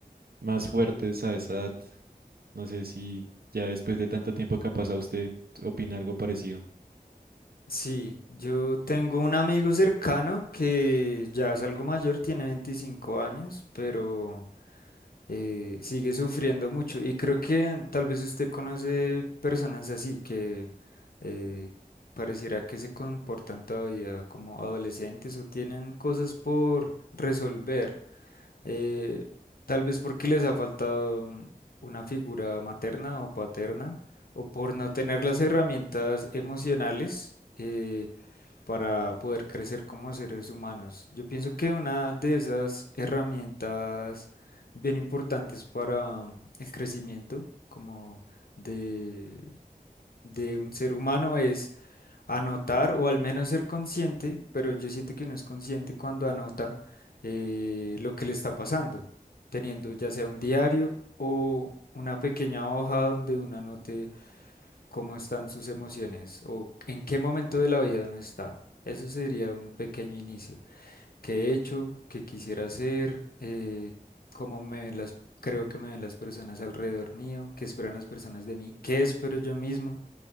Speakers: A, on the right; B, on the left.
A: más fuertes a esa edad. No sé si ya después de tanto tiempo que ha pasado usted opina algo parecido.
B: Sí, yo tengo un amigo cercano que ya es algo mayor, tiene 25 años, pero eh, sigue sufriendo mucho. Y creo que tal vez usted conoce personas así que eh, pareciera que se comportan todavía como adolescentes o tienen cosas por resolver. eh, tal vez porque les ha faltado una figura materna o paterna o por no tener las herramientas emocionales. eh, para poder crecer como seres humanos. Yo pienso que una de esas herramientas bien importantes para mm, el crecimiento como de, de un ser humano es anotar o al menos ser consciente, pero yo siento que no es consciente cuando anota eh, lo que le está pasando, teniendo ya sea un diario o una pequeña hoja donde uno anote cómo están sus emociones o en qué momento de la vida uno está. Eso sería un pequeño inicio. ¿Qué he hecho? ¿Qué quisiera hacer? Eh, ¿cómo me ven las, creo que me ven las personas alrededor mío? ¿Qué esperan las personas de mí? ¿Qué espero yo mismo